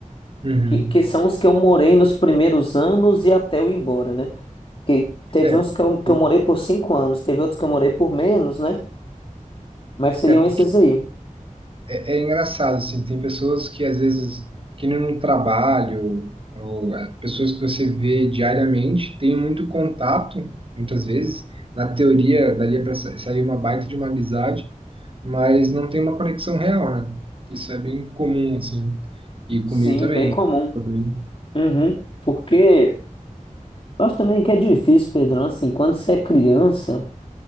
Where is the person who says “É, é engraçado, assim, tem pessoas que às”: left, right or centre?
Right